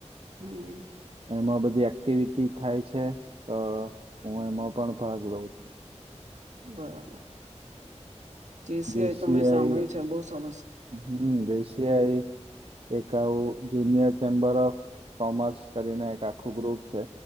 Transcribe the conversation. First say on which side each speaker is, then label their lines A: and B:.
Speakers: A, on the right; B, on the right.
A: હમ્મ
B: એમાં બધી એક્ટિવિટી થાય છે, તો હુ એમાં પણ ભાગ લઉ છુ.
A: બરાબર જી સિવાય,
B: જેસીઆઈ
A: તો મેમે સાંભળ્યું છે, બહ સોનુ
B: હમ દશિયાઈ, એક આવું જુનિયર ચેમ્બર ઓફ કોમર્સ કરીને એક આખું ગ્રુપ છે.